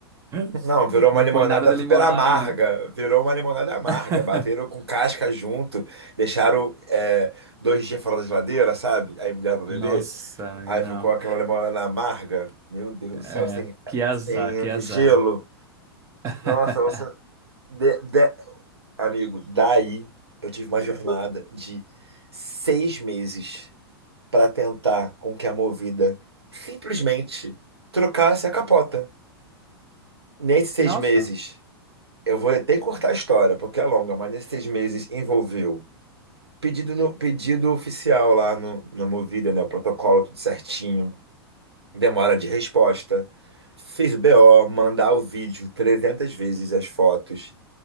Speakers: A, on the right; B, on the right.
A: <laughs>
B: Não, virou uma
A: Não
B: limonada
A: foi nada de
B: super
A: limonada,
B: amarga.
A: não.
B: Virou uma limonada amarga.
A: <laughs>
B: Bateram com casca junto. Deixaram é, dois dias fora da geladeira, sabe? Aí me deram pra beber.
A: Nossa, amigo,
B: Aí
A: não.
B: ficou aquela limonada amarga. Meu Deus
A: É,
B: do céu, sem,
A: que azar,
B: sem
A: que azar.
B: gelo.
A: <laughs>
B: Nossa, você. de- de- Amigo, daí eu tive uma jornada de seis meses pra tentar com que a Movida simplesmente trocasse a capota. Nesses seis
A: Nossa,
B: meses. Eu vou até cortar a história, porque é longa, mas nesses seis meses envolveu pedido, no, pedido oficial lá no, na Movida, né? O protocolo tudo certinho, demora de resposta. Fiz o BO, mandar o vídeo 300 vezes, as fotos.